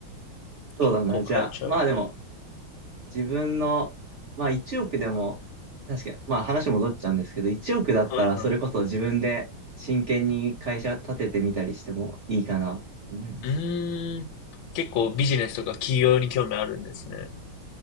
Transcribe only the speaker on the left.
結構買えちゃうから。
はいはい。うーん。結構ビジネスとか企業に興味あるんですね。